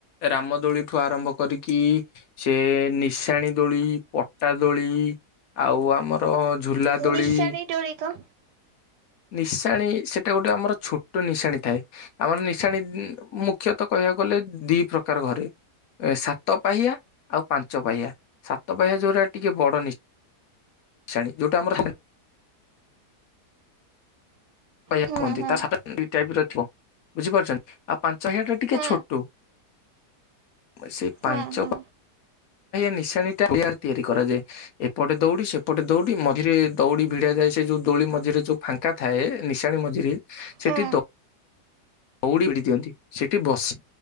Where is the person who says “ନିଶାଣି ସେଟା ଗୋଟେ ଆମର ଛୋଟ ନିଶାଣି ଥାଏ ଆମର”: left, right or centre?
Left